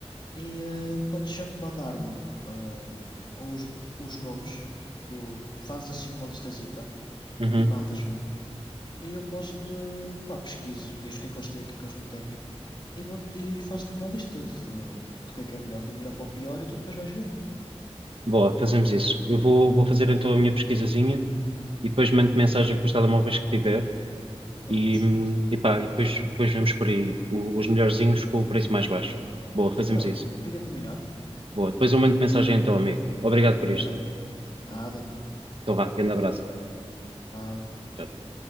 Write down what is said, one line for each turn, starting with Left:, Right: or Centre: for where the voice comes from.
Left: e eh, podes sempre mandar-me eh, os, os nomes, do, fazes assim uma listazita
Right: uhum.
Left: e mandas-me e eu posso-te, pá, pesquiso, vejo o que é que eles têm, o que é que eles não têm e, vou e faço-te uma lista de, do que é que é melhor, do melhor para o pior e tu depois vais vendo.
Right: Boa, fazemos isso. Eu vou, vou fazer então a minha pesquisazinha e depois mando mensagem com os telemóveis que tiver
Left: Prontos,
Right: e, hum, e pá, e depois, depois vemos por aí o- os melhorzinhos com o preço mais baixo. Boa, fazemos
Left: está bem,
Right: isso.
Left: fica combinado,
Right: Boa, depois eu mando mensagem então, amigo. Obrigado por isto.
Left: está bem? Nada,
Right: Então vá, grande abraço.
Left: tchau.
Right: Tchau, tchau.